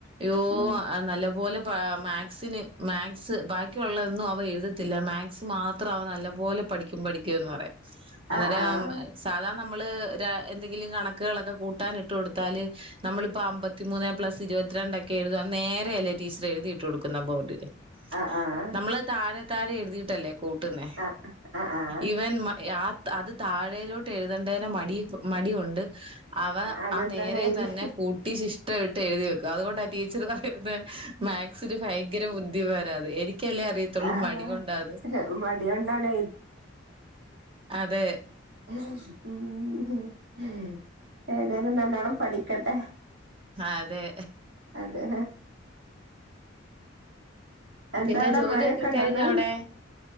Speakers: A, on the right (about 30°); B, on the right (about 75°).
A: യ്യോ
B: ഉം
A: ആ നല്ല പോലെ പാ മാത്‍സ്ന് മാത്‍സ് ബാക്കിയുള്ളതൊന്നും അവ എഴുത് ത്തില്ല മാത്‍സ് മാത്രം അവന്നല്ല പോലെ പഠിക്കും പഠിക്കുംന്ന് പറയാം അന്നേരം
B: ആഹ്
A: അ സാധാ നമ്മള് ദാ എന്തെങ്കിലും കണക്കുകളൊക്കെ കൂട്ടാൻ ഇട്ടു കൊടുത്താല് നമ്മളിപ്പോ അമ്പത്തിമൂന്നേ പ്ലസ് ഇരുപത്തിരണ്ട എക്കെ എഴുതാൻ നേരെയല്ലേ ടീച്ചറെ എഴുതിട്ടുകൊടു <unintelligible>
B: ആഹ് ആഹ്
A: നമ്മള് താഴെ താഴെ എഴുതിയിട്ടല്ലേ കൂട്ടുന്നെ
B: ആഹ് ആഹ് ആഹ് ആഹ്
A: ഇവൻ ത അത് താഴയിലോട്ട് എഴുതേണ്ടേന് മടി ഒ മടിയുണ്ട് അവ
B: അങ്ങൻ
A: ആ നേരെ
B: എഴുതി
A: തന്നെ കൂട്ടി ശിഷ്ട ഇട്ട് എഴുതി വെ കതുകൊണ്ടാ ടീച്ചറ് വാ മാക്സിനു ഭയങ്കര ബുദ്ധിമാനാന്ന് എനിക്കല്ലേ അറിയത്തുള്ളൂ
B: ആഹ്
A: മടികൊണ്ടാന്നു
B: ആഹ് മടികൊണ്ടാണ്
A: അതെ
B: ഉം ഉം ഉം ഉ ഏതായാലും നല്ലോണ്ണം പഠിക്കട്ടെ
A: അതെ
B: അതെ എന്താ
A: പിന്നെ
B: അവിടെ
A: ജോലിയൊക്കെ
B: മഴൊക്കെ ഉണ്ടന്ന്
A: കഴിഞ്ഞോ അവിടെ